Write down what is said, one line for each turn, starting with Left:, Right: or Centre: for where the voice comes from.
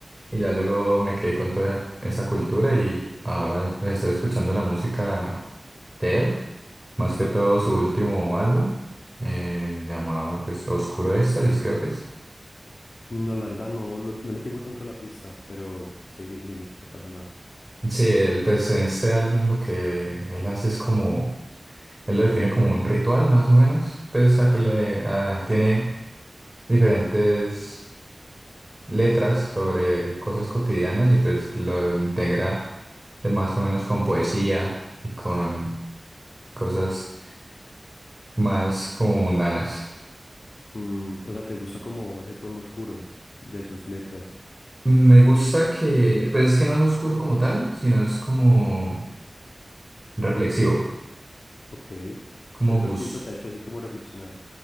Right: y ya luego me quedé con toda esa cultura y ahora pues estoy escuchando la música de él, más
Left: Sí.
Right: que todo su último álbum, eh, llamado pues Oscuro Éxtasis creo que es.
Left: No, la verdad no, lo- no le tengo tanto la pista, pero seguí, seguí, no pasa nada.
Right: Sí, él, pues en este álbum lo que él hace es como, él lo define como un ritual más o menos, pues a que le, a- tiene diferentes letras sobre cosas cotidianas y pues lo integra de más o menos con poesía y con cosas más como mundanas.
Left: Mm, o sea, ¿te gusta como ese tono oscuro de sus letras?
Right: Me gusta que, pues es que no es oscuro como tal, sino es como reflexivo,
Left: Ok.
Right: como
Left: ¿Qué otro
Right: bus.
Left: artista te ha hecho así como reflexionar